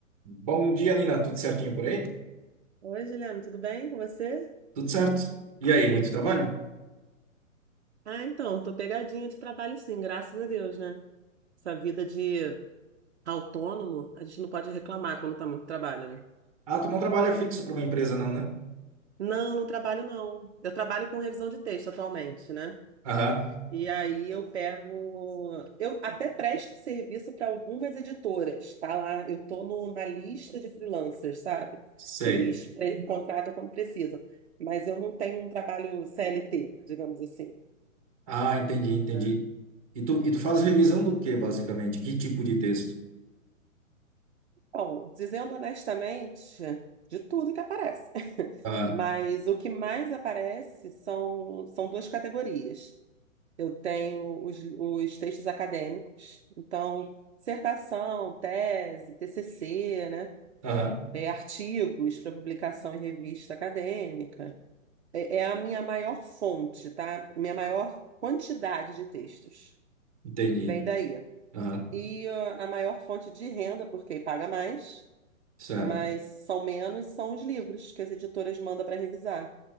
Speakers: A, on the right; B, on the right.
A: Bom dia, Nina. Tudo certinho por aí?
B: Oi, Juliana, tudo bem com você?
A: Tudo certo. E aí, muito trabalho?
B: Ah, então, tô pegadinha de trabalho sim, graças a Deus, né? Essa vida de autônomo, a gente não pode reclamar quando tá muito trabalho, né?
A: Ah, tu não trabalha fixo para uma empresa, não, né?
B: Não, não trabalho não. Eu trabalho com revisão de texto atualmente, né?
A: Aham,
B: E aí eu pego, eu até presto serviço para algumas editoras, tá lá, eu tô no- na lista de freelancers, sabe?
A: sei.
B: Que eles pre- contratam quando precisam, mas eu não tenho um trabalho CLT, digamos assim.
A: Ah, entendi, entendi.
B: né?
A: E tu, e tu faz revisão do que, basicamente? Que tipo de texto?
B: Bom, dizendo honestamente, de tudo que aparece. <laughs>
A: Ah,
B: Mas o que mais aparece são, são duas categorias. Eu tenho os, os textos acadêmicos, então, dissertação, tese, TCC, né?
A: aham,
B: É, artigos para publicação em revista acadêmica. É, é a minha maior fonte, tá? Minha maior quantidade de textos.
A: entendi.
B: Vem daí.
A: Aham,
B: E ah, a maior fonte de renda, porque paga mais
A: certo.
B: mas são menos, são os livros que as editoras mandam para revisar.